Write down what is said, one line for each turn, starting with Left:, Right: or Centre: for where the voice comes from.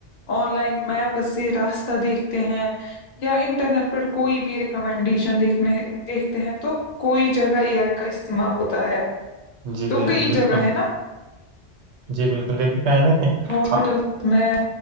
Left: آن لائن میپ سے راستہ دیکھتے ہیں یا انٹرنیٹ پر کوئی بھی ریکمنڈیشن دیکھنے دیکھتے ہیں تو کوئی جگہ ای آئی کا استعمال ہوتا ہے
Right: جی
Left: تو کئی
Right: بالکل
Left: جگہ ہے نا
Right: جی بالکل دیکھیے کا ہے نا کہ
Left: ہاسپٹل
Right: آ-
Left: میں